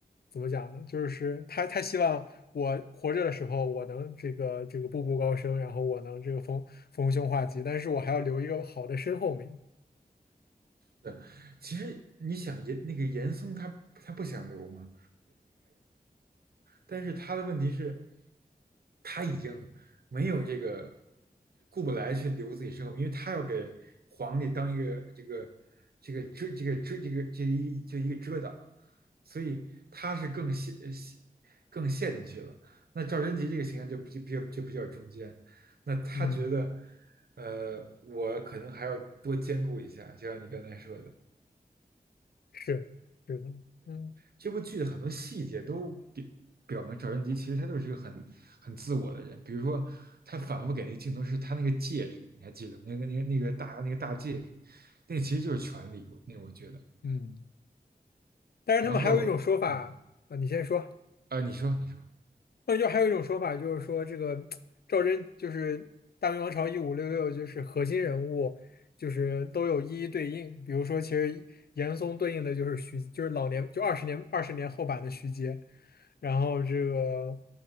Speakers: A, on the left (about 75°); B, on the right (about 75°).
A: 怎么讲呢？就是他他希望我活着的时候，我能这个这个步步高升，然后我能这个逢逢凶化吉，但是我还要留一个好的身后名。
B: 对，其实你想严那个严嵩他他不想留嘛，但是他的问题是，他已经没有这个顾不来去留自己身后，因为他要给皇帝当一个这个这个遮这个遮这个这一就一个遮挡，所以他是更陷陷更陷进去了。那赵贞吉这个形象就比就比就比较中间，那他觉得，
A: 嗯，
B: 呃，我可能还要多兼顾一下，就像你刚才说的。
A: 是是的，嗯
B: 这部剧的很多细节都表表明赵贞吉其实他就是一个很很自我的人。比如说，他反复给那个镜头是他那个戒指，你还记得吗？那个那个那个大那个大戒指，那个其实就是权力。那个我觉得，
A: 嗯。但是他们还有一种说法啊，
B: 然后嗯
A: 你先说。
B: 啊，呃你说你说，
A: 那就还有一种说法，就是说这个赵祯就是大明王朝一五六六，就是核心人物，就是都有一一对应。比如说，其实严嵩对应的就是徐，就是老年，就二十年二十年后版的徐阶。然后这个